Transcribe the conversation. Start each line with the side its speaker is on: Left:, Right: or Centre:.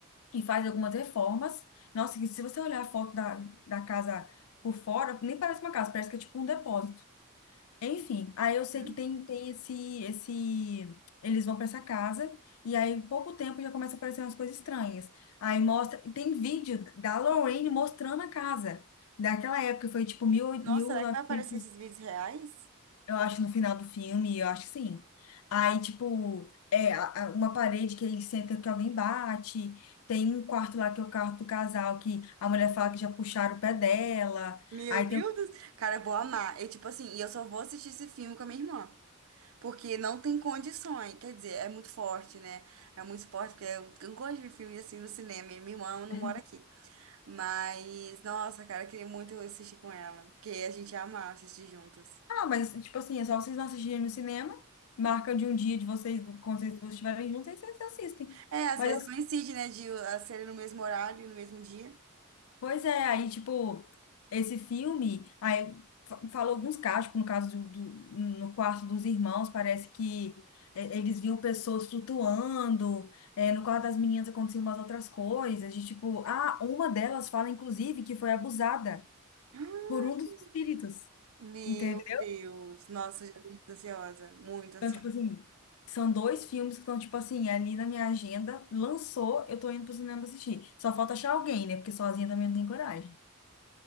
Left: e faz algumas reformas. Nossa, que se você olhar a foto da, da casa por fora, nem parece uma casa, parece que é tipo um depósito. Enfim, aí eu sei
Right: Hum.
Left: que tem, tem esse, esse. Eles vão pra essa casa, e aí, em pouco tempo, já começa a aparecer umas coisas estranhas. Aí mostra. e Tem vídeo da Lorraine mostrando a casa. Daquela época, foi tipo 1000,
Right: Nossa,
Left: 1900,
Right: será que vai aparecer esses vídeos reais?
Left: eu acho, no final do filme, eu acho que sim. Aí, tipo, é a- a- uma parede que ele senta que alguém bate. Tem um quarto lá que é o quarto do casal, que a mulher fala que já puxaram o pé dela.
Right: Meu
Left: Aí
Right: Deus!
Left: tem.
Right: do- Cara, eu vou amar. E tipo assim, e eu só vou assistir esse filme com a minha irmã. Porque não tem condições. Quer dizer, é muito forte, né? É muito forte, porque eu eu não gosto de filme assim no cinema. E minha irmã não
Left: um
Right: mora aqui. Mas, nossa, cara, eu queria muito assistir com ela. Porque a gente ia amar assistir juntas.
Left: Ah, mas, tipo assim, é só vocês não assistirem no cinema. Marca de um dia de vocês, quando vocês duas estiverem juntos, aí vocês assistem.
Right: É, às
Left: Mas,
Right: vezes
Left: eu-
Right: coincide, né, de a ser no mesmo horário, no mesmo dia.
Left: pois é, aí, tipo, esse filme, aí fa- falou alguns casos, tipo, no caso do, do- no quarto dos irmãos, parece que é, eles viam pessoas flutuando, é, no quarto das meninas aconteciam umas outras coisas, de tipo, ah, uma delas fala, inclusive, que foi abusada
Right: Ah,
Left: por um dos espíritos,
Right: Meu
Left: entendeu?
Right: Deus. Nossa, já tô muito ansiosa. Muito
Left: Então,
Right: ansiosa.
Left: tipo assim, são dois filmes que estão, tipo assim, ali na minha agenda. Lançou, eu tô indo pro cinema assistir. Só falta achar alguém, né? Porque sozinha também não tem coragem.